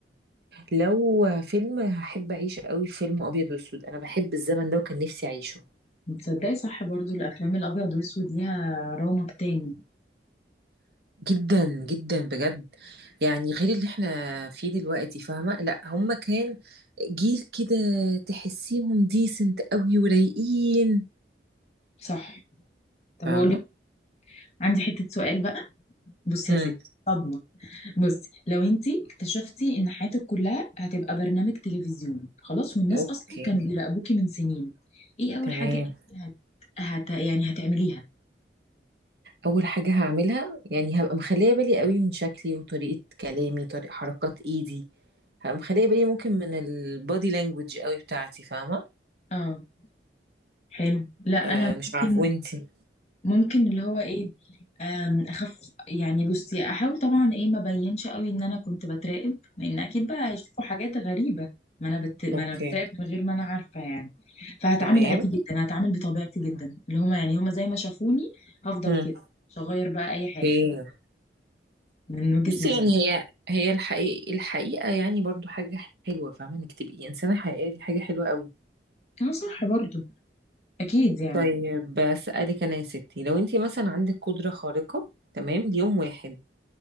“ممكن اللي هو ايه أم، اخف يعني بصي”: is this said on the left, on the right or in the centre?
Left